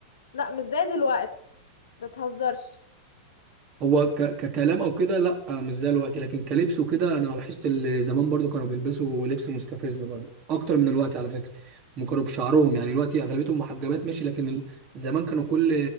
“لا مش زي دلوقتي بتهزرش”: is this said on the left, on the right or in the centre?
Left